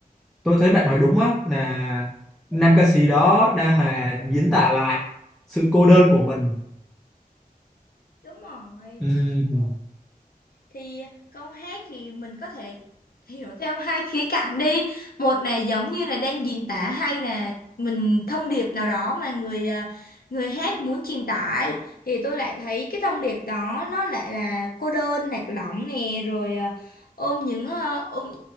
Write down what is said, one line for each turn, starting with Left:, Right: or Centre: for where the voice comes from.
Centre: tôi thấy bạn nói đúng á là nam ca sĩ đó đang là diễn tả lại sự cô đơn của mình
Left: Đúng rồi
Centre: Ừm,
Left: thì câu hát thì mình có thể hiểu theo hai khía cạnh đi một là giống như là đang diễn tả hay là mình thông điệp nào đó mà người à, người hát muốn truyền tải thì tôi lại thấy cái thông điệp đó nó lại là cô đơn lạc lõng nè rồi à, ôm những ờ, ôm